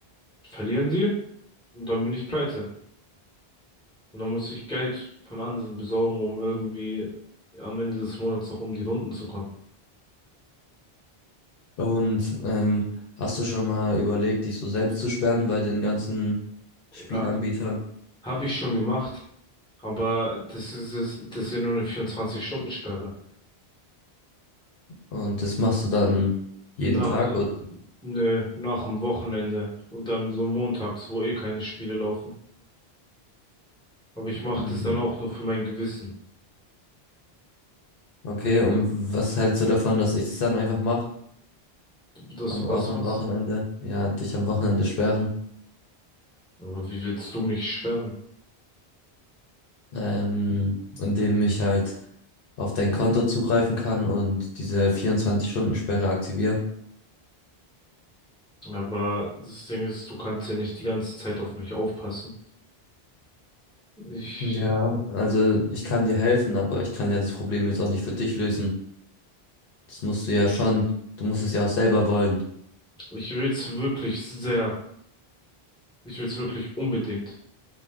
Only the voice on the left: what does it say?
und ähm, hast du schon mal überlegt, dich so selbst zu sperren bei den ganzen Spielanbietern?
Und das machst du dann jeden
Tag,
oder?
Mhm.
Okay, und was hältst du davon, dass ich das dann einfach mache?
Am,
auch am
Wochenende. Ja, dich am Wochenende sperren.
Ähm, indem ich halt auf dein Konto zugreifen kann und diese 24-Stunden-Sperre aktiviere.
Ja, also ich kann dir helfen, aber ich kann ja das Problem jetzt auch nicht für dich lösen. Das musst du ja schon, du musst es ja auch selber wollen.